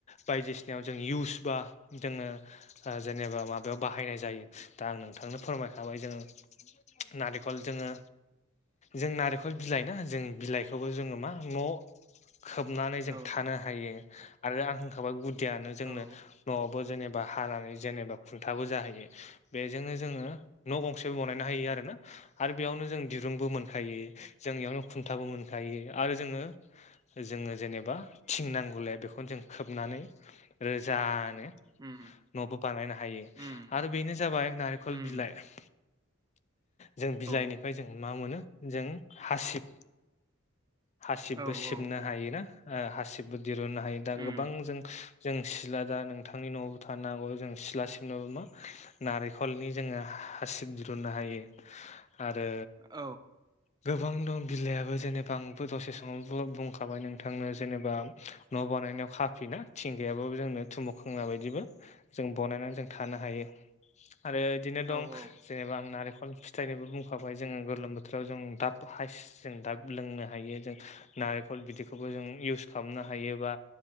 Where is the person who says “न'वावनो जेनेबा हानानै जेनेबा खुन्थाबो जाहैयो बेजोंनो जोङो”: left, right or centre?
Left